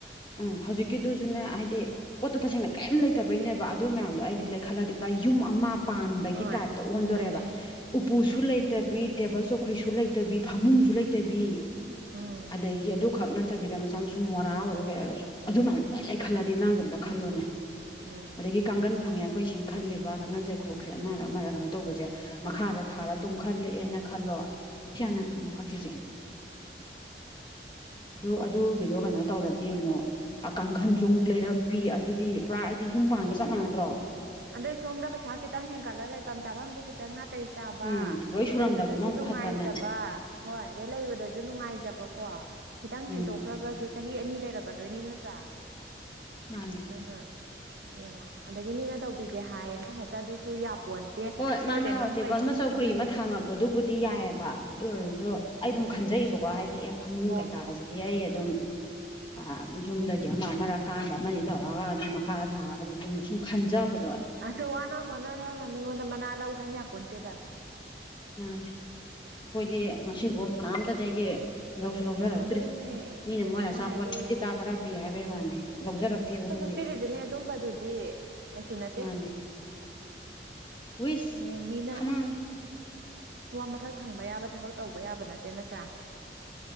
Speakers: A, on the left; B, on the right.
A: ꯎꯝ ꯍꯧꯖꯤꯛꯀꯤꯗꯨꯁꯨꯅꯦ ꯍꯥꯏꯗꯤ ꯄꯣꯠꯇꯣ ꯇꯁꯦꯡꯅ ꯀꯔꯤꯝ ꯂꯩꯇꯕꯩꯅꯦꯕ ꯑꯗꯨ ꯃꯌꯥꯝꯗꯣ ꯑꯩꯗꯤ
B: ꯎꯝ
A: ꯂꯩꯈꯠꯂꯗꯤ ꯄꯨꯔꯥ ꯌꯨꯝ ꯑꯃ ꯄꯥꯟꯕꯒꯤ
B: ꯍꯣꯏ
A: ꯇꯥꯏꯞꯇ ꯑꯣꯟꯗꯣꯔꯦꯕ
B: ꯑꯗꯨꯅꯦ
A: ꯄꯨꯁꯨ ꯂꯩꯇꯕꯤ ꯇꯦꯕꯜ ꯆꯧꯈ꯭ꯔꯤꯁꯨ ꯂꯩꯇꯕꯤ ꯐꯃꯨꯡꯁꯨ ꯂꯩꯇꯕꯤ
B: ꯎꯝ
A: ꯑꯗꯒꯤ ꯑꯗꯨꯈꯛ ꯅ ꯆꯠꯇꯕꯤꯗ ꯃꯆꯥ ꯃꯁꯨꯨꯝ ꯃꯣꯔꯥ ꯑꯣꯏꯔꯣ ꯀꯩ ꯑꯣꯏꯔꯁꯨ ꯑꯗꯨ ꯃꯌꯥꯝ ꯂꯣꯏꯅ ꯂꯩ ꯈꯠꯂꯗꯤ ꯅꯪꯥꯡꯗꯣꯝꯗ ꯈꯜꯂꯣꯅꯦ
B: ꯎꯝ
A: ꯑꯣꯗꯒꯤ ꯀꯪꯒꯟ ꯐꯪꯉꯌꯥ ꯑꯩꯈꯣꯏꯁꯤꯡ ꯈꯜꯂꯤꯕ ꯀꯥꯡꯈꯜ ꯆꯥꯏꯈꯣꯛꯁꯦ ꯑꯃꯔ ꯑꯃꯔ ꯀꯩꯅꯣ ꯇꯧꯕꯁꯦ ꯃꯈꯥꯗ ꯊꯥꯔ ꯇꯨꯝꯈꯠꯂꯛꯑꯦꯅ ꯈꯜꯂꯣ ꯀꯌꯥꯅ
B: ꯎꯝ
A: ꯀꯅꯣ ꯀꯀ ꯆꯥꯏ
B: <unintelligible>
A: ꯑꯗꯨ ꯑꯗꯨꯒꯤꯗꯣ ꯀꯩꯅꯣ ꯇꯧꯔꯗꯤ ꯑꯃꯨꯛ ꯀꯥꯡꯈꯟꯁꯨ ꯑꯃꯨꯛ ꯂꯩꯔꯛꯄꯤ ꯑꯗꯨꯗꯤ ꯄꯨꯔꯥ ꯑꯩꯗꯤ ꯌꯨꯝ ꯄꯥꯟꯕꯥꯟꯒ ꯆꯞ ꯃꯥꯟꯅꯗ꯭ꯔꯣ
B: ꯑꯗꯩ ꯁꯣꯝꯗ ꯄꯩꯁꯥ ꯈꯤꯇꯪ ꯍꯦꯟꯒꯠꯂꯒ ꯂꯩꯐꯝ ꯆꯥꯐꯝꯁꯨ ꯈꯤꯇꯪ ꯉꯇꯩꯩ ꯆꯥꯕ
A: ꯎꯝ ꯂꯣꯏ ꯁꯨꯔꯝꯕꯗꯨꯅ
B: ꯂꯩꯕꯗꯁꯨ
A: ꯑꯃꯨꯛ
B: ꯅꯨꯡꯉꯥꯏꯖꯕ
A: ꯐꯠꯇ꯭ꯔꯅꯦ
B: ꯍꯣꯏ ꯑꯗꯩ ꯂꯩꯕꯗꯁꯨ ꯅꯨꯡꯉꯥꯏꯖꯕ ꯀꯣ ꯈꯤꯇꯪ ꯍꯦꯟꯗꯣꯛꯈ꯭ꯔꯒꯁꯨ
A: ꯎꯝ
B: ꯆꯍꯤ ꯑꯅꯤ ꯂꯩꯔꯛꯀꯗꯣꯏꯅꯤ ꯅꯠꯇ꯭ꯔꯥ
A: ꯃꯥꯅꯦ
B: ꯑꯗꯨꯅ ꯌꯦꯡꯉꯣ ꯑꯗꯒꯤ ꯃꯤꯅ ꯇꯧꯕꯤꯒꯦ ꯍꯥꯏꯌꯦꯅ ꯍꯦꯛꯇ ꯑꯗꯨꯁꯨ ꯌꯥꯄꯣꯟꯇꯦ
A: ꯍꯣꯏ ꯃꯥꯅ
B: ꯀꯩꯅꯣꯝ
A: ꯇꯦꯕꯜ
B: ꯀꯩꯅꯣꯝ
A: ꯑꯃ ꯆꯧꯀ꯭ꯔꯤ
B: ꯑꯗꯨꯅꯦ
A: ꯑꯃ ꯊꯥꯡꯉꯛꯄꯗꯨꯕꯨꯗꯤ ꯌꯥꯏꯑꯕ ꯑꯗꯨ ꯑꯣꯏꯔꯁꯨ ꯑꯩ
B: ꯎꯝ
A: ꯑꯗꯨꯝ ꯈꯟꯖꯩꯌꯦꯕꯀꯣ ꯍꯥꯏꯗꯤ ꯑꯦꯐ ꯐꯃꯨꯡ
B: ꯍꯣꯏ
A: ꯀꯩꯀꯥ
B: ꯍꯣꯏ
A: ꯍꯥꯏꯁꯤꯗꯤ ꯑꯩ ꯑꯗꯨꯝ ꯑ ꯌꯨꯝꯗꯒꯤ ꯑꯃ ꯑꯃꯔꯛꯀꯥꯟꯗ ꯑꯃꯅꯤ ꯇꯧꯔꯒ ꯑꯗꯨꯝ ꯃꯈꯥꯗ ꯊꯥꯔꯒꯗ ꯁꯨꯝ ꯈꯟꯖꯕ
B: ꯑꯁ ꯋꯥꯅ ꯍꯣꯠꯅꯔꯒ ꯃꯤꯉꯣꯟꯗ ꯃꯅꯥ ꯂꯧꯟꯖꯄ ꯅꯠꯇꯦꯗ
A: ꯎ ꯑꯩꯈꯣꯏꯗꯤ ꯉꯁꯤꯐꯥꯎ ꯀꯅꯥꯝꯇ ꯂꯩꯒꯦ ꯂꯧꯁꯨ ꯂꯧꯖꯔꯛꯇ꯭ꯔꯤ
B: ꯑꯗꯨꯅꯦ
A: ꯃꯤꯅ
B: ꯀꯩꯅꯣꯝꯃ
A: ꯃꯣꯏ ꯑꯆꯥꯄꯣꯠ
B: ꯍꯥꯏꯗꯤ
A: ꯇꯤꯇꯥ ꯈꯔ ꯄꯤ ꯍꯥꯏꯕꯩ ꯋꯥꯅꯤ ꯂꯧꯖꯔꯛꯇꯦꯕ ꯑꯩꯈꯣꯏ
B: ꯆꯄꯤꯔꯤꯗꯨꯅꯦ ꯑꯗꯨꯝꯕꯗꯨꯗꯤ ꯀꯩꯁꯨ ꯅꯠꯇꯦ
A: ꯃꯥꯅꯦ ꯋꯤꯁ
B: ꯍꯌꯦꯡ ꯃꯤꯅ
A: ꯈꯃꯥꯡ
B: ꯋꯥ ꯃꯊꯛ ꯊꯪꯕ ꯌꯥꯕ ꯊꯕꯛ ꯇꯧꯕ ꯌꯥꯕ ꯅꯠꯇꯦ ꯅꯠꯇ꯭ꯔꯥ